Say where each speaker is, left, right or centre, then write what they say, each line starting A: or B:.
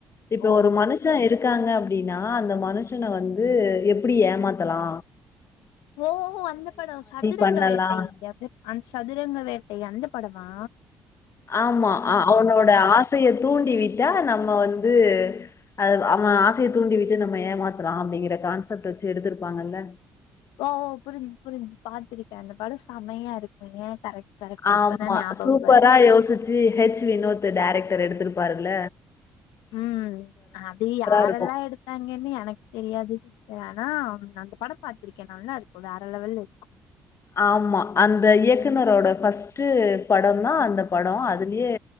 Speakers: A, on the left; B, on the left.
A: இப்ப
B: ஓ
A: ஒரு மனுஷ இருக் காங்க அப்டின்னா அந்த மனுஷன வந்து எப்புடி ஏமாத்தலா
B: ஓ ஓ அந்த படொ சதுரங்க
A: பண்ணலாம்
B: வேட்டை அது அ சதுரங்க வேட்டை அந்த பட மா
A: ஆமா அவனோட ஆசைய தூண்டி விட்டா நம்ம வந்து அ அவெ ஆசைய தூண்டி விட்டு நம்ம ஏமாத்துறா அப்டிங்கிற கான்செப்ட் வச்சு எடுத்திருப்பாங்கல்ல
B: ஓ ஓ புரிஞ்சு புரிஞ்சு பாத்திருக்கே அந்த படொ சமையா இருக்கு ஏ கரெக்ட் கரெக்ட்
A: ஆமா
B: இப்பதா ஞாபகோ
A: சூப்பரா
B: வரு
A: யோசிச்சு ஹெச் வினோத் டேரக்டர் எடுத்திருப் பாருல்ல
B: உம் அது யாரெல்லா
A: இருக்கும்
B: எடுத்தாங்கன்னு எனக்கு தெரியாது ஆனா அந்த படம் பாத்திருக்கே நல்லா இருக்கு வேற லெவல்ல இருக்கு
A: ஆமா அந்த இயக்குனரோட ஃபர்ஸ்ட்டு படொந்தா அந்த படொ அதுலயே